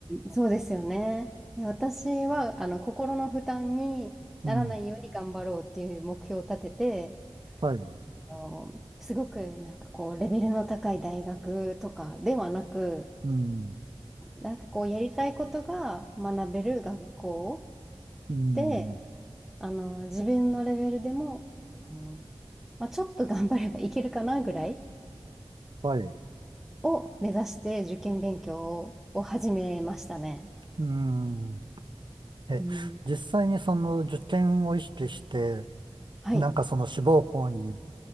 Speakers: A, in the centre; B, on the right.
A: そうですよね。で私は、あの、心の負担にならないように頑張ろうっていう目標を立てて、
B: うん、はい、
A: あの、すごくなんかこう、レベルの高い大学とかではなく、
B: うん、
A: なんかこうやりたいことが学べる学校
B: うん、
A: で、あの自分のレベルでも、あの、まあ、ちょっと頑張ればいけるかなぐらい
B: はい、
A: を目指して受験勉強を、を始めましたね。
B: うん。え、
A: うん。
B: 実際にその受験を意識して、
A: はい。
B: なんかその志望校に